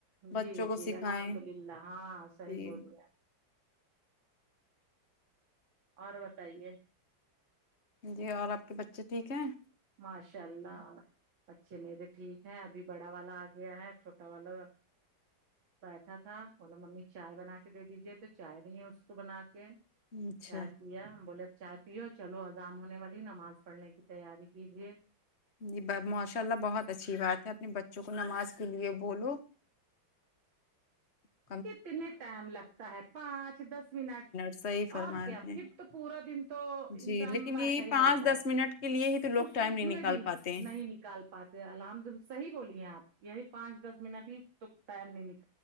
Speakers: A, on the left (about 35°); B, on the right (about 80°).
A: بچوں
B: جی
A: کو
B: جی
A: سکھایں
B: الحمد للہ ہاں صحیح
A: جی
B: بولیے اور بتائیے
A: جی اور آپ کے بچے ٹھیک ہیں
B: ماشاء اللہ اچھے میرے ٹھیک ہے ابھی بڑا والا آ گیا ہے چھوٹا والا بیٹھا تھا بولا ممی چائے بنا کے دے دیجیے تو چائے دیے اس کو بنا کے
A: اچھا
B: چائے پیا ہم بولے چائے پیو چلو اذان ہونے والی ہے نماز پڑھنے کی تیاری کیجیے
A: جی ماشاء اللہ بہت اچھی بات ہے اپنے بچوں کو نماز کے لیے بولو کا
B: کتنے ٹائم لگتا ہے پانچ دس منٹ
A: صحیح فرمایا
B: اور کیا
A: آپ نے
B: پھر تو پورا دن تو
A: جی
B: انسان
A: لیکن
B: بیٹھا
A: یہی
B: ہی
A: پانچ
B: رہتا
A: دس
B: ہے
A: منٹ کے لیے ہی تو لوگ
B: اس
A: ٹائم
B: س
A: نہیں
B: میں
A: نکال
B: بھی
A: پاتے ہیں
B: نہیں نکال پاتے الحمد صحیح بولی ہیں آپ یہی پانچ دس منٹ ہی تو ٹائم نہیں نکل